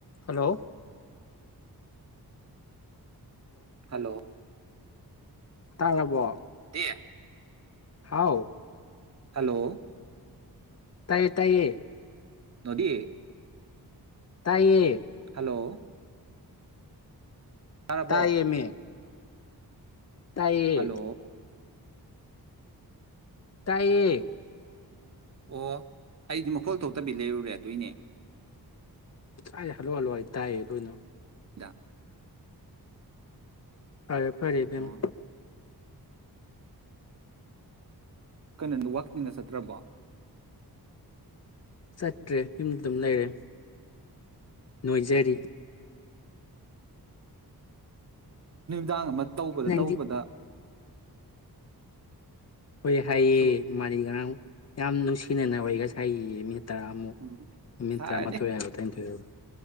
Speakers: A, on the left; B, on the right.
A: Hello
B: hello
A: ꯇꯥꯔꯕꯣ
B: ꯑꯦ
A: ꯍꯥꯎ
B: ꯍꯂꯣ
A: ꯇꯌꯦ ꯇꯌꯦ꯫
B: ꯗꯣꯗꯤ
A: ꯇꯥꯏꯌꯦ
B: ꯍꯜꯂꯣ ꯇꯥꯔꯕꯣ
A: ꯇꯥꯏꯌꯦꯃꯦ ꯇꯥꯏꯌꯦ
B: ꯍꯜꯂꯣ
A: ꯇꯥꯏꯌꯦ
B: ꯑꯣ ꯑꯩꯗꯤ ꯃꯈꯣꯜ ꯊꯣꯛꯇꯕꯤ ꯂꯩꯔꯨꯔꯦ ꯑꯗꯨꯏꯅꯦ
A: ꯇꯥꯏ ꯍꯜꯂꯣ ꯍꯜꯂꯣꯑꯩꯇꯥꯏꯌꯦ ꯑꯗꯨꯣꯏꯅꯣ
B: ꯏꯗ
A: ꯐꯔꯦ ꯐꯔꯦ ꯏꯕꯦꯃꯥ
B: ꯑꯣ ꯀꯩꯅꯣ ꯋꯥꯛꯀꯤꯡꯒꯥ ꯆꯠꯇ꯭ꯔꯕ
A: ꯆꯠꯇ꯭ꯔꯦ ꯌꯨꯝ ꯑꯗꯨꯝ ꯂꯩꯔꯦ ꯅꯣꯏꯖꯔꯤ
B: <inaudible> ꯇꯧꯕꯗ
A: ꯅꯪꯗꯤ
B: ꯇꯧꯕꯗ
A: ꯍꯣꯏ ꯍꯥꯏꯌꯦ
B: ꯁꯨꯝ
A: ꯃꯥꯅꯤ ꯉꯔꯥꯡ ꯌꯥꯝ ꯅꯨꯡꯁꯤꯅꯅ ꯑꯣꯏ ꯁꯥꯏꯒꯤ ꯃꯤ ꯇꯔꯥꯃꯨꯛ
B: ꯎꯝ
A: ꯅꯨꯃꯤꯠ
B: ꯁꯥꯔꯅꯤ
A: ꯇꯔꯥꯃꯥꯊꯣꯏ ꯍꯥꯏꯒ ꯇꯔꯥꯅꯤꯊꯣꯏꯕ